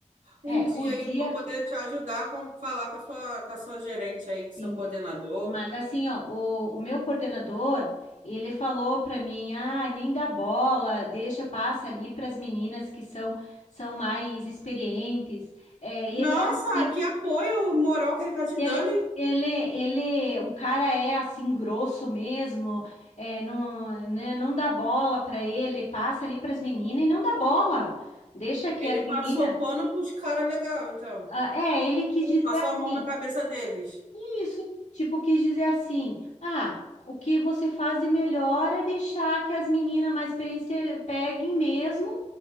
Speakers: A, on the left; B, on the right.
A: é,
B: um dia
A: o dia
B: aí, pra poder te ajudar a com- falar com a sua, com a sua gerente aí, com seu
A: sim.
B: coordenador.
A: Mas assim, ó, o, o meu coordenador, ele falou para mim, ah, nem dá bola, deixa, passa ali para as meninas que são são mais experientes. É, ele
B: Nossa,
A: é assim,
B: que apoio moral que ele tá te
A: ele,
B: dando, hein?
A: ele, ele, o cara é assim grosso mesmo, é, não, né, não dá bola para ele, passa ali para as meninas e não dá bola, deixa que
B: Ele
A: as
B: passou
A: meninas.
B: pano pros caras legal, então.
A: Ah, é, ele quis dizer
B: Passou a
A: assim.
B: mão na cabeça deles.
A: Isso, tipo, quis dizer assim, ah, o que você faz de melhor é deixar que as meninas mais experientes peguem mesmo